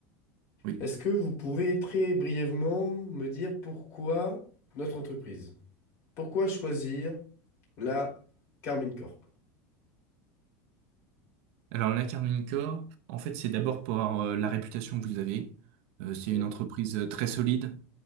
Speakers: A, on the right; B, on the left.
A: Oui.
B: est-ce que vous pouvez très brièvement me dire pourquoi notre entreprise? Pourquoi choisir la Carmine Corp?
A: Alors, la Carmine Corp, en fait, c'est d'abord pour euh, la réputation que vous avez. Euh, c'est
B: Ok.
A: une entreprise euh, très solide,